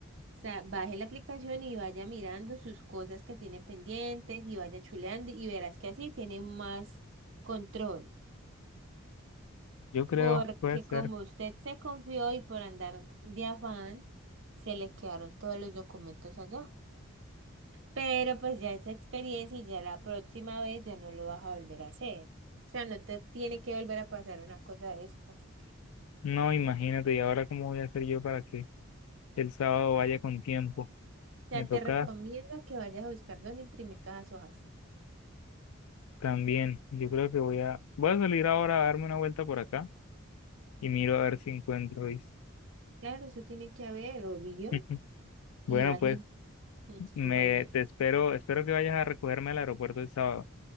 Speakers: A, on the right (about 60°); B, on the left (about 80°).
A: O sea, baje la aplicación y vaya mirando sus cosas que tiene pendientes y vaya chuleando y verás que así tiene más control.
B: Yo creo,
A: Porque
B: puede ser.
A: como usted se confió y por andar de afán, se le quedaron todos los documentos allá. Pero pues ya esa experiencia y ya la próxima vez ya no lo vas a volver a hacer. O sea, no te tiene que volver a pasar una cosa de estas.
B: No, imagínate, ¿y ahora cómo voy a hacer yo para que el sábado vaya con tiempo?
A: O sea,
B: Me toca
A: te recomiendo que vayas a buscar dónde imprimir todas las hojas.
B: También, yo creo que voy a, voy a salir ahora a darme una vuelta por acá y miro a ver si encuentro Luis.
A: Claro, eso tiene que haber, obvio.
B: <laughs> Bueno,
A: Y vas
B: pues
A: a ir.
B: me
A: Bueno,
B: te espero, espero que vayas a recogerme al aeropuerto el sábado.